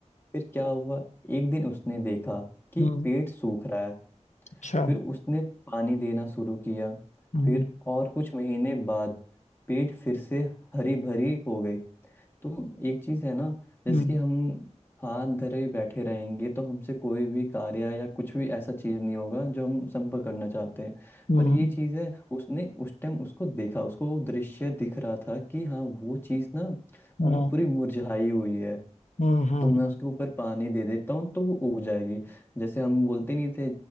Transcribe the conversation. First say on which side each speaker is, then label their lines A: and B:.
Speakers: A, on the left (about 20°); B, on the left (about 75°).
A: फिर क्या हुआ एक दिन उसने देखा कि
B: हम्म
A: पेड़ सूख रहा है
B: अच्छा
A: फिर उसने पानी देना शुरू किया
B: हम्म
A: फिर और कुछ महीने बाद पेट फिर से हरी भरी हो गई तो एक चीज है ना जैसे
B: हम्म
A: कि हम हाथ धरे बैठे रहेंगे तो हमसे कोई भी कार्य या कुछ भी ऐसा चीज नहीं होगा जो हम संपर्क करना चाहते हैं
B: हम्म
A: पर ये चीज है उसने उस टाइम उसको देखा उसको दृश्य दिख रहा था कि हाँ वो चीज ना मतलब
B: हम्म
A: पूरी मुरझाई हुई है
B: हम्म हम्म,
A: तो मैं
B: हम्म।
A: उसके ऊपर पानी दे देता हूँ तो वो उग जाएगी जैसे हम बोलते नहीं थे